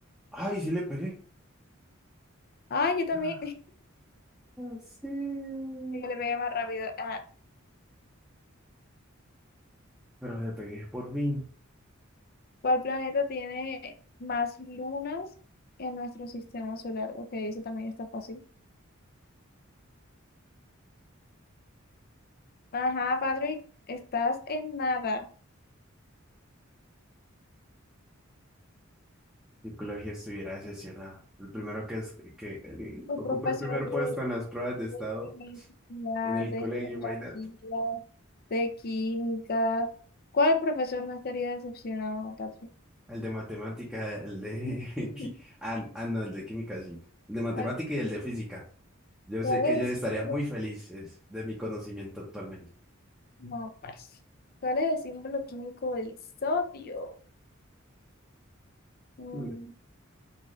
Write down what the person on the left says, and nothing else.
Ay, yo también.
<laughs>
Yo le pegué más rápido. Ah,
¿Cuál planeta tiene más lunas en nuestro sistema solar? Ok, eso también está fácil. Ajá, Patrick, estás en nada.
Tu
profesor
de,
de física,
de
geografía,
de química. ¿Cuál profesor no estaría decepcionado, Patrick?
<laughs>
A
¿Cuál
es
el símbolo?
No, pues. ¿Cuál es el símbolo químico del sodio? Mm,